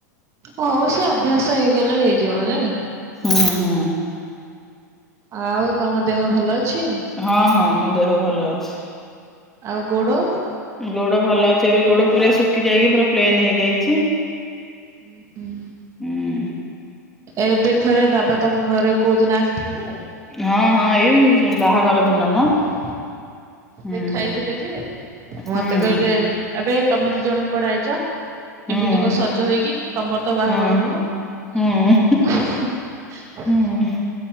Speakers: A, on the right; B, in the centre.
A: ହଉ ସେ ଅଭ୍ୟାସ ହେଇଗଲେ ହେଇଯିବ ଯେ।
B: ହୁଁ ହୁଁ।
A: ଆଉ ତମ ଦେହ ଭଲ ଅଛି?
B: ହଁ ହଁ ମୋ ଦେହ ଭଲ ଅଛି।
A: ଆଉ ଗୋଡ?
B: ଗୋଡ ଭଲ ଅଛି। ଏବେ ଗୋଡ ପୁରା ଶୁଖି ଯାଇକି ପୁରା ପ୍ଲେନ ହେଇଯାଇଚି।
A: ହୁଁ।
B: ହୁଁ
A: ଏବେ ଥରେ ଦାଦା ତମ ଘରେ କୋଉଦିନ ଆସିଥିଲେ?
B: ହଁ ହଁ
A: ହ
B: ଏଇ ବାହାଘର ଦିନ ମ ହୁଁ
A: ଦେଖାଇଥିଲେ ଯେ
B: ହୁଁ
A: ମତେ କହିଲେ ଆବେ ତମେ ଦି ଜଣ କୁଆଡେ ଆଇଚ?
B: ହୁଁ
A: ଏମିତି କଣ ସଜ ଜ ହେଇକି ତମର ତ ବାହାଘର
B: ହୁଁ
A: ନୁହଁ।
B: ହୁଁ ହୁଁ